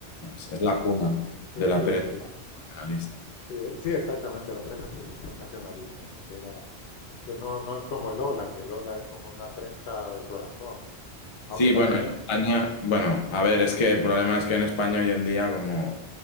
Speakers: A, on the left; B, on the left.
A: es, es la cuna
B: Sí,
A: de la
B: sí,
A: prensa
B: sí.
A: sensacionalista.
B: Sí, sí, exactamente, la prensa sens- sensacionalista, que era, que no, no es como el Ola, que el Ola es como una prensa del corazón, aunque
A: Sí,
B: también,
A: bueno, en España, bueno, a ver, es que el problema es que en España hoy en día como